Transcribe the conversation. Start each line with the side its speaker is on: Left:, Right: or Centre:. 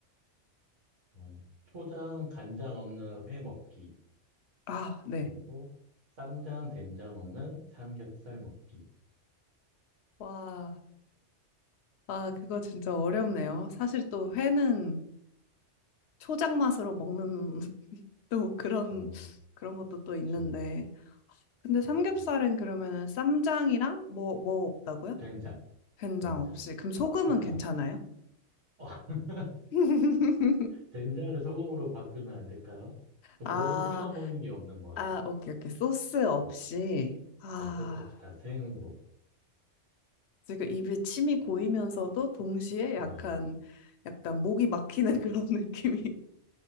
Right: 어, 초장 간장 없는 회 먹기
Left: 아, 네.
Right: 그리고 쌈장 된장 없는 삼겹살 먹기.
Left: 와, 아, 그거 진짜 어렵네요. 사실 또 회는 초장 맛으로 먹는 <laughs> 또 그런,
Right: 그쵸,
Left: 그런 것도 또 있는데.
Right: 그쵸,
Left: 근데
Right: 그쵸.
Left: 삼겹살은 그러면은 쌈장이랑 뭐, 뭐 없다고요?
Right: 된장,
Left: 된장
Right: 된장.
Left: 없이. 그럼 소금은
Right: 그러니까
Left: 괜찮아요?
Right: 어, <laughs>
Left: <laughs>
Right: 된장을 소금으로 바꾸면 안 될까요? 그
Left: 아,
Right: 뭐든 찍어 먹는 게 없는 거예요.
Left: 아, 오케이, 오케이. 소스 없이.
Right: 어,
Left: 아,
Right: 애써서 없이 다 생으로.
Left: 지금 입에 침이 고이면서도 동시에
Right: 네.
Left: 약간, 약간 목이 막히는 <laughs> 그런 느낌이.